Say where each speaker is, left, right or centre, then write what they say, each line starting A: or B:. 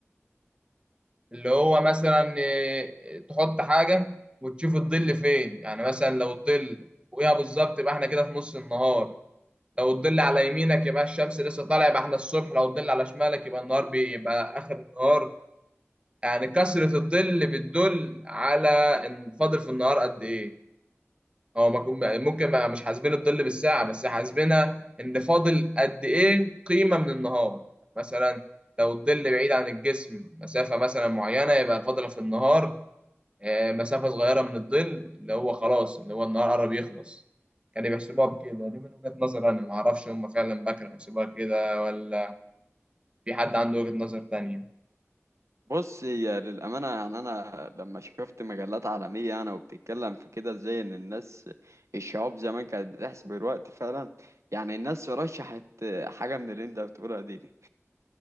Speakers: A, on the right; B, on the right.
A: اللي هو مثلا إيه، تحط حاجة وتشوف الظل فين يعني مثلا لو الظل فوقيها بالظبط يبقى احنا كده في نص النهار لو الظل على يمينك يبقى الشمس لسه طالعة يبقى احنا الصبح لو الظل على شمالك يبقى النهار بيبقى آخر النهار يعني كثرة الظل بتدل على ان فاضل في النهار قد ايه هو ما كون- ممكن ما مش حاسبين الظل بالساعة بس حاسبينها ان فاضل قد ايه قيمة من النهار مثلا لو الظل بعيد عن الجسم مسافة مثلا معينة يبقى فاضلة في النهار آه، مسافة صغيرة من الظل اللي هو خلاص اللي هو النهار قرب يخلص كانوا بيحسبوها بكده دي من وجهة نظر أنا معرفش هم فعلا بقى كانوا بيحسبوها كده ولا في حد عنده وجهة نظر تانية
B: بص هي للأمانة يعني أنا لما شفت مجلات عالمية أنا وبتتكلم في كده ازاي إن الناس الشعوب زمان كانت بتحسب الوقت فعلا يعني الناس رشحت حاجة من اللي أنت بتقولها دي, دي.